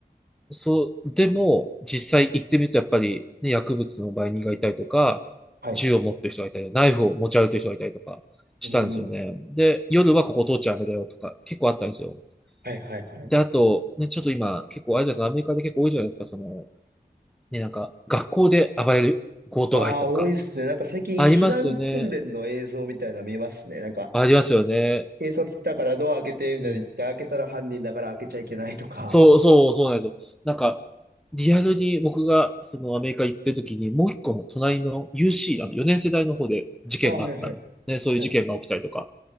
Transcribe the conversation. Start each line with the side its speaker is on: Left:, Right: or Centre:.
Centre: そう、でも、実際行ってみるとやっぱり、ね、薬物の売人がいたりとか、
Right: はい。
Centre: 銃を持ってる人がいたり、ナイフを持ち歩いてる人がいたりとかしたんですよね。
Right: うーん。
Centre: で、夜はここ通っちゃダメだよとか、結構あったんですよ。
Right: はい、はい、はい。
Centre: で、あと、ね、ちょっと今、結構、あれじゃないですか、アメリカで結構多いじゃないですか、その、ね、なんか、学校で暴れる強盗が入ったとか。
Right: ああ、多いですね。なんか最近避難訓練の映像みたいなの見ますね。
Centre: ありますよね。
Right: なんか、
Centre: ありますよね。
Right: 警察来たからドア開けて、みたいに言って、
Centre: うん。
Right: 開けたら犯人だから開けちゃいけないとか。
Centre: そうそう、そうなんですよ。なんか、リアルに僕が、その、アメリカ行ってる時に、もう一個の隣の UC、あの、4年世代の方で事件があったり、
Right: ああ、はい、はい、
Centre: ね、そういう事件が起きたりとか
Right: はい。